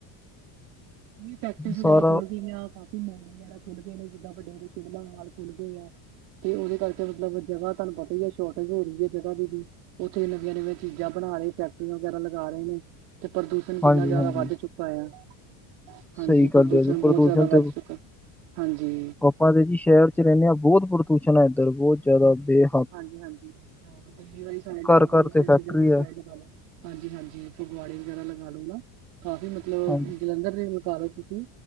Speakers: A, on the right; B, in the centre.
A: ਪ੍ਰੈਕਟਿਸ ਵਗੈਰਾ
B: ਸਾਰਾ
A: ਖੁੱਲ ਗਈਆਂ। ਮੋਲ ਵਗੈਰਾ ਖੁੱਲ ਗਏ ਨੇ ਜਿੱਦਾਂ ਵੱਡੇ ਵੱਡੇ <inaudible> ਮਾਲ ਖੁੱਲ ਗਏ ਆ। ਤੇ ਉਹਦੇ ਕਰਕੇ ਮਤਲਬ ਜਗ੍ਹਾ ਤੁਹਾਨੂੰ ਪਤਾ ਹੀ ਹੈ ਸ਼ੋਰਟੇਜ ਹੋ ਰਹੀ ਹੈ ਜਗ੍ਹਾ ਦੀ ਵੀ। ਉੱਥੇ ਨਵੀਆਂ ਨਵੀਆਂ ਚੀਜ਼ਾਂ ਬਣਾ ਰਹੇ ਫੈਕਟਰੀਆਂ ਵਗੈਰਾ ਲਗਾ ਰਹੇ ਨੇ। ਤੇ ਪ੍ਰਦੂਸ਼ਣ ਕਿੰਨਾ
B: ਹਾਂਜੀ
A: ਜ਼ਿਆਦਾ
B: ਹਾਂਜੀ
A: ਵੱਧ ਚੁੱਕਾ ਹੈ। ਹਾਂਜੀ
B: ਸਹੀ ਗੱਲ
A: ਪ੍ਰਦੂਸ਼ਣ
B: ਹੈ ਜੀ
A: ਬਹੁਤ ਜ਼ਿਆਦਾ ਵੱਧ
B: ਤੇ
A: ਚੁੱਕਾ ਹਾਂਜੀ।
B: ਆਪਾਂ ਜੀ ਸ਼ਹਿਰ ਚ ਰਹਿੰਦੇ ਆ ਬਹੁਤ ਪ੍ਰਦੂਸ਼ਣ ਹੈ ਇੱਧਰ ਬਹੁਤ ਜ਼ਿਆਦਾ ਫਿਰ।
A: ਹਾਂਜੀ ਹਾਂਜੀ ਹਾਂ ਦਿੱਲੀ ਵਾਲੀ ਸਾਈਡ
B: ਘਰ
A: ਲਗਾ ਲੋ
B: ਘਰ ਤੇ
A: ਚੰਡੀਗੜ੍ਹ
B: ਫੈਕਟਰੀ
A: ਵਾਲੀ
B: ਹੈ
A: ਸਾਈਡ ਲਗਾ ਲੋ। ਹਾਂਜੀ ਹਾਂਜੀ ਫਗਵਾੜੇ ਵਗੈਰਾ ਲਗਾ ਲਉ ਨਾ ਕਾਫ਼ੀ ਮਤਲਬ
B: ਹਾਂਜੀ
A: ਜਲੰਧਰ ਲਗਾ ਲਉ ਤੁਸੀਂ।